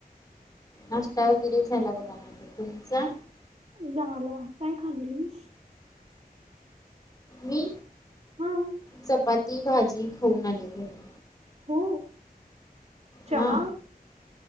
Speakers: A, on the left (about 25°); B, on the right (about 45°).
A: नाष्ट्ता वगैरे झाला बघा माझ तुमचा,
B: झाला काय खाल्ली,
A: मी
B: हा
A: चपाती भाजी खाऊन आले घरी
B: हो चहा
A: हा